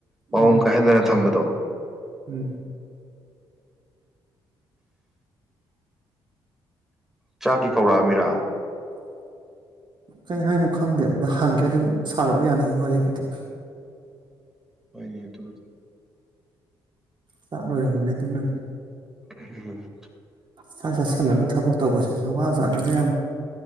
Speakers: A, on the right (about 35°); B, in the centre.
A: ꯎꯝ
B: ꯃꯑꯣꯡ ꯀꯥꯏꯍꯟꯗꯅ ꯊꯝꯕꯗꯣ
A: ꯎꯝ
B: ꯆꯥꯛꯀꯤ ꯀꯧꯔꯛꯑꯃꯤꯔꯥ
A: ꯀꯩ ꯍꯥꯏꯅꯣ ꯈꯪꯗꯦ ꯑꯗꯨ ꯍꯪꯒꯦ ꯑꯗꯨꯝ ꯁꯥꯔꯛꯑꯣ ꯌꯥꯅꯤ ꯋꯥꯔꯤꯕꯨꯗꯤ
B: <unintelligible>
A: ꯆꯥꯛ ꯂꯣꯏꯔꯕꯅꯦ ꯑꯗꯨꯅꯅꯦ
B: <unintelligible>
A: ꯆꯥꯛ ꯆꯥꯁꯂꯕ ꯊꯕꯛ ꯇꯧꯕꯒꯁꯤꯁꯨ ꯋꯥꯖꯅꯤꯗ ꯌꯥꯝ